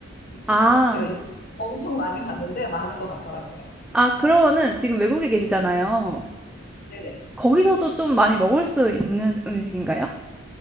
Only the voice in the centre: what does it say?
아,
아, 그러면은 지금 외국에 계시잖아요.
거기서도 좀 많이 먹을 수 있는 음식인가요?